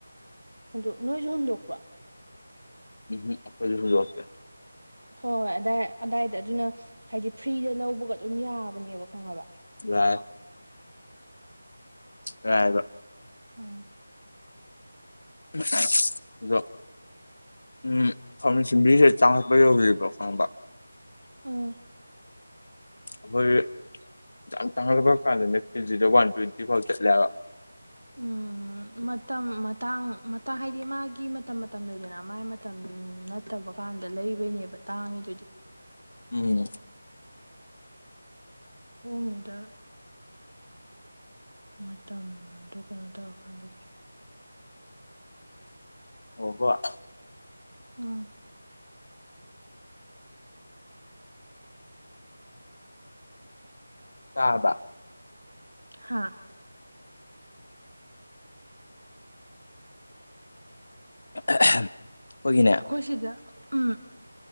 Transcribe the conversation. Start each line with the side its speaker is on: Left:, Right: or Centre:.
Right: ꯑꯗꯨ ꯅꯣꯏꯁꯨ ꯍꯨꯟꯗꯣꯛ ꯄ꯭ꯔꯣ
Left: ꯎꯝ ꯎꯝ ꯑꯩꯈꯣꯢꯗꯤ ꯍꯨꯟꯗꯣꯛꯇꯦ꯫
Right: ꯍꯣꯏ ꯑꯗꯥꯏ ꯑꯗꯥꯏꯗ ꯑꯗꯨꯅ ꯍꯥꯏꯗꯤ ꯐ꯭ꯔꯤꯗ ꯂꯧꯕꯒ ꯑꯗꯨꯝ ꯌꯥꯕꯅꯦꯕ ꯈꯪꯉꯕ
Left: ꯌꯥꯢ ꯌꯥꯢꯕ
Right: ꯎꯝ
Left: ꯑꯁ ꯑꯗꯣ <unintelligible> ꯆꯥꯎꯈꯠꯄ ꯌꯧꯔꯤꯕ꯭ꯔꯣ ꯈꯪꯕ
Right: ꯎꯝ
Left: ꯑꯩꯈꯣꯏ ꯌꯥꯝ ꯇꯥꯡꯈꯠꯂꯛꯄ ꯀꯥꯟꯗꯗꯤ ꯀꯦꯖꯤꯗ ꯋꯥꯟ ꯇ꯭ꯋꯦꯟꯇꯤ ꯐꯥꯎ ꯆꯠꯂꯦꯕ
Right: ꯎꯝ ꯃꯇꯝ ꯃꯇꯥꯡ ꯃꯇꯥꯡ ꯍꯥꯏꯗꯤ ꯃꯥꯒꯤ ꯃꯇꯝ ꯃꯇꯝ ꯂꯩꯗꯅ ꯃꯥꯒꯤ ꯃꯇꯝ ꯅꯠꯇꯕ ꯀꯥꯟꯗ ꯂꯩꯕꯩꯅꯦꯕ ꯇꯥꯡꯉꯤꯗꯨꯗꯤ
Left: ꯎꯝ
Right: ꯍꯣꯡꯉꯤꯗꯣ ꯃꯇꯝꯗꯨ ꯀꯩꯅꯣ ꯇꯧꯔꯀꯥꯟꯗ
Left: ꯑꯣꯛꯑꯥꯕꯣ
Right: ꯎꯝ
Left: ꯇꯥꯔꯕꯥ
Right: ꯍꯥꯥ
Left: <unintelligible> ꯑꯩꯈꯣꯏꯒꯤꯅꯦ
Right: ꯑꯩꯈꯣꯏꯁꯤꯗꯥ ꯎꯝ